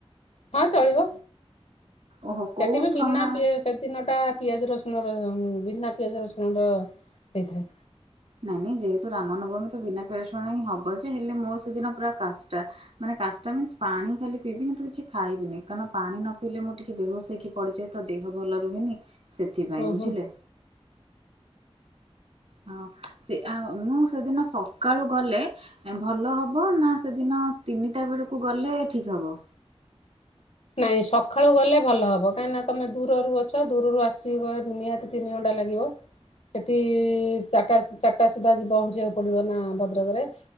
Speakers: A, on the left; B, on the right.
A: ହଁ ଚଳିବ
B: ଓହୋ
A: ସେଠି
B: କୋଉ
A: ବି ବିନା
B: ସମୟ
A: ପିଆ ସେ ଦିନଟା ପିଆଜ ରସୁଣର ବିନା ପିଆଜ ରସୁଣର ହେଇଥାଏ।
B: ନାଇଁ ନାଇଁ ଯେହେତୁ ରାମ ନବମୀ ତ ବିନା ପିଆଜ ରସୁଣ ହିଁ ହବ ଯେ ହେଲେ ମୋର ସେଦିନ ପୁରା କାଷ୍ଟା। ମାନେ କାଷ୍ଟା ପାଣି ଖାଲି ପିଇବି ତ କିଛି ଖାଇବିନି କାରଣ ପାଣି ନ ପିଇଲେ ମୁଁ ଟିକେ ବେହୋସ ହେଇକି। ପଡିଯାଏ ତ ଦେହ ଭଲ ରୁହେନି ସେଥିପାଇଁ
A: ଓହୋ।
B: ବୁଝିଲେ? ହଁ ସେ ଆଉ ମୁଁ ସେଦିନ ସକାଳୁ ଗଲେ। ଭଲ ହବ ନା ସେଦିନ ତିନିଟା ବେଳକୁ ଗଲେ ଠିକ ହବ?
A: ନାଇଁ ସକାଳୁ ଗଲେ ଭଲ ହବ କାହିଁକି ନା ତମେ ଦୂରରୁ ଅଛ ଦୂରରୁ ଆସିବ ନିହାତି ତିନି ଘଣ୍ଟା ଲାଗିବ। ସେଠି ଚାରଟା ଚାରଟା ସୁଦ୍ଧା ଆଜି ପହଞ୍ଚିବାକୁ ପଡ଼ିବ ନା ଭଦ୍ରକରେ?